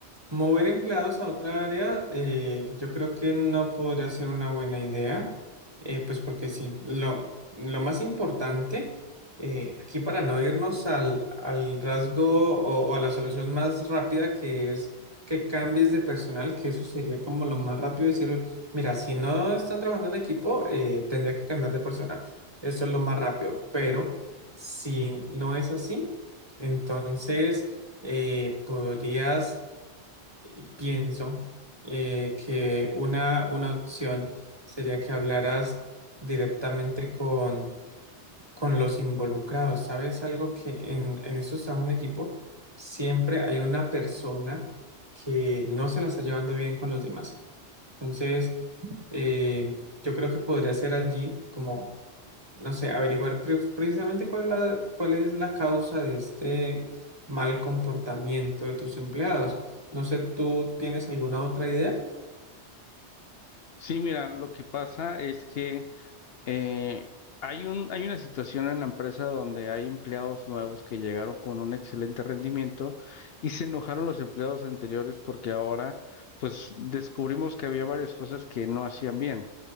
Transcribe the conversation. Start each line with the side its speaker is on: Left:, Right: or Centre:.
Right: mover empleados a otra área, eh, yo creo que no podría ser una buena idea, eh, pues porque sí, lo, lo más importante, eh, aquí para no irnos al, al rasgo o, o a la solución más rápida que es que cambies de personal, que eso sería como lo más rápido, decir, mira, si no están trabajando en equipo, eh, tendría que cambiar de personal. Eso es lo más rápido, pero si no es así entonces, eh, podrías, eh, pienso, eh, que una, una opción sería que hablaras directamente con, con los involucrados. ¿Sabes algo que en, en estos trabajos en equipo siempre hay una persona que no se la está llevando bien con los demás? Entonces, eh, yo creo que podría ser allí como no sé, averiguar pre- precisamente cuál es la, cuál es la causa de este mal comportamiento de tus empleados. No sé, ¿tú tienes alguna otra idea?
Left: Sí, mira, lo que pasa es que Eh, hay un, hay una situación en la empresa donde hay empleados nuevos que llegaron con un excelente rendimiento y se enojaron los empleados anteriores porque ahora, pues, descubrimos que había varias cosas que no hacían bien.